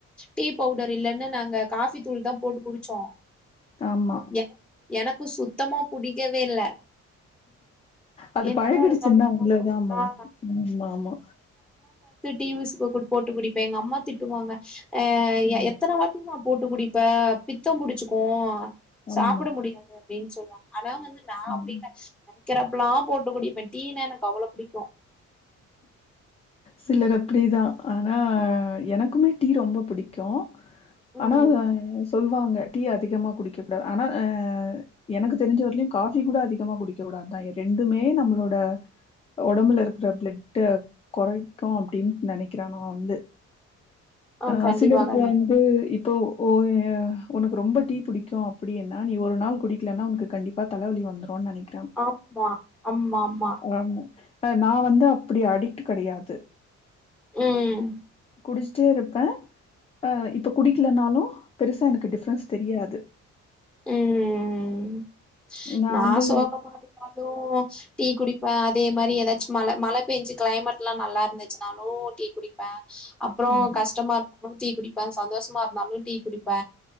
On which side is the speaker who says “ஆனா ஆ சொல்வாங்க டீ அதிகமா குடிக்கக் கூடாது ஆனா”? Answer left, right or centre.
Left